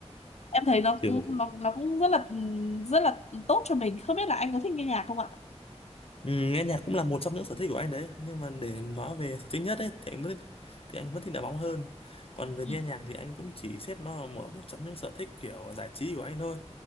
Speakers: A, on the left; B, on the left.
A: em thấy nó cũng
B: ừ
A: nó nó cũng rất là rất là tốt cho mình không biết là anh có thích nghe nhạc không ạ
B: Ừ, nghe nhạc cũng là một trong những sở thích của anh đấy nhưng mà để nói về sở thích nhất ấy thì anh vẫn thì anh vẫn thích đá bóng hơn còn về
A: ừ
B: nghe nhạc thì anh cũng chỉ xếp nó là một trong những sở thích kiểu giải trí của anh thôi